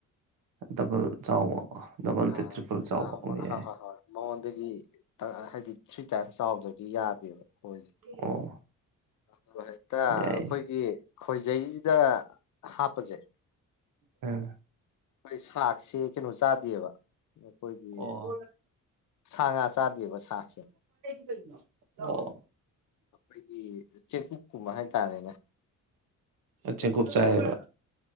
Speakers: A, on the right; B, on the left.
A: ꯗꯕꯜ ꯆꯥꯎꯕꯀꯣ ꯗꯕꯜ ꯅꯠꯇꯦ
B: ꯑ
A: ꯇ꯭ꯔꯤꯄꯜ ꯆꯥꯎꯕ ꯑꯣ ꯌꯥꯏ
B: ꯍ ꯍ ꯃꯉꯣꯟꯗꯒꯤ ꯍꯥꯏꯗꯤꯠ ꯁ꯭ꯋꯇꯔ ꯆꯥꯎꯗꯗꯤ ꯌꯥꯗꯦꯕ ꯑꯩꯣꯏꯁꯦ
A: ꯑꯣ
B: ꯑꯗꯨꯒ ꯍꯦꯛꯇ
A: ꯌꯥꯏ
B: ꯑꯩꯈꯣꯏꯒꯤ ꯈꯣꯏꯖꯩꯁꯤꯗ ꯍꯥꯞꯄꯁꯦ
A: ꯎꯝ
B: ꯍꯣꯏ ꯁꯥꯛꯁꯤ ꯀꯩꯅꯣ ꯆꯥꯗꯦꯕ ꯑꯩꯈꯣꯏꯒꯤ
A: ꯑꯣ
B: ꯁꯥ ꯉꯥ ꯆꯥꯗꯦꯕ ꯁꯥꯁꯦ
A: <inaudible>
B: ꯑꯩꯈꯣꯏꯒꯤ ꯆꯦꯛꯕꯨꯛ ꯀꯨꯝꯕ ꯍꯥꯏꯇꯥꯔꯦꯅꯦ
A: ꯆꯦꯡꯀꯨꯞ
B: ꯨꯞꯁꯦ
A: ꯆꯥꯏꯌꯦꯕ